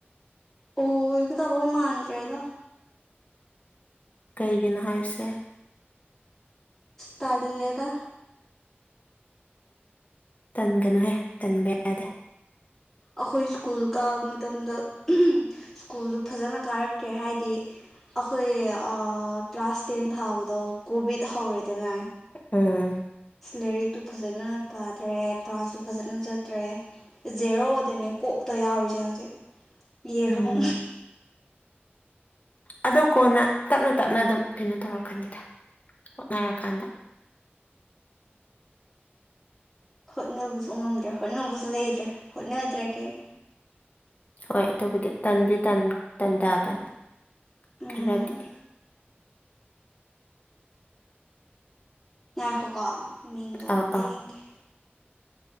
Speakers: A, in the centre; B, on the left (about 40°).
A: ꯑꯣ ꯏ ꯀꯇꯕ ꯃꯅ ꯆꯥꯗ
B: ꯀꯩꯒꯤꯅꯣ ꯍꯥꯏꯁꯦ
A: ꯇꯜꯦꯗ
B: ꯇꯟꯒꯅꯨꯍꯦ ꯇꯟꯕ ꯌꯥꯗꯦ
A: ꯑꯩꯈꯣꯏ ꯁ꯭ꯀꯨꯜ ꯀꯥꯕ ꯃꯇꯝꯗ ꯁ꯭ꯀꯨꯜꯗꯨ ꯐꯖꯅ ꯀꯥꯔꯛꯇ꯭ꯔꯦ ꯍꯥꯏꯗꯤ ꯑꯩꯈꯣꯏ ꯀ꯭ꯂꯥꯁ ꯇꯦꯟ ꯊꯥꯕꯗꯣ ꯀꯣꯚꯤꯠ ꯍꯧꯔꯦꯗꯅ
B: ꯎꯝ
A: ꯂꯥꯏꯔꯤꯛꯇꯨ ꯐꯖꯅ ꯄꯥꯗ꯭ꯔꯦ ꯀ꯭ꯂꯥꯁꯁꯨ ꯐꯖꯅ ꯆꯠꯇ꯭ꯔꯦ ꯖꯦꯔꯣꯗꯅꯦ ꯀꯣꯛꯇ ꯌꯥꯎꯔꯤꯁꯦ ꯍꯧꯖꯤꯛ ꯌꯦꯔꯨꯝ
B: ꯎꯝ ꯑꯗꯨ ꯀꯣꯟꯅ ꯇꯞꯅ ꯇꯞꯅ ꯑꯗꯨꯝ ꯀꯩꯅꯣ ꯇꯧꯔꯛꯀꯅꯤꯗ ꯍꯣꯠꯅꯔꯀꯥꯟꯗ
A: ꯍꯣꯠꯅꯕꯁꯨ ꯉꯝꯗ꯭ꯔꯦ ꯍꯣꯠꯅꯕꯁꯨ ꯂꯩꯇ꯭ꯔꯦ ꯍꯣꯠꯅꯗ꯭ꯔꯦ ꯀꯔꯤ
B: ꯍꯣꯏ ꯑꯗꯨꯕꯨꯗꯤ ꯇꯟꯗꯤ ꯇꯟꯊꯕꯅꯤ
A: ꯎꯝ
B: ꯈꯔꯗꯤ <inaudible>
A: ꯉꯥꯏꯈꯣꯀꯣ ꯃꯤꯡꯗꯣ ꯑꯃꯨꯛꯀ
B: ꯑꯧ ꯑꯧ
A: ꯌꯦꯡꯒꯦ